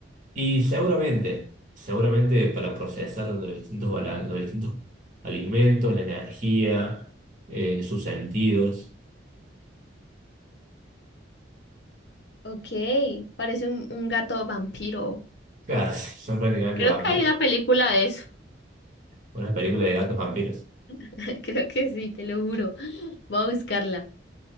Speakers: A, on the right (about 40°); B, on the left (about 60°).
A: Y seguramente, seguramente para procesar los distintos, balan- los distintos alimentos, la energía, eh, sus sentidos.
B: Ok, parece un, un gato vampiro.
A: Claro, son prácticamente
B: Creo
A: vampiros.
B: que hay una película de eso.
A: Una película de gatos vampiros.
B: <laughs> Creo que sí, te lo juro. Voy a buscarla.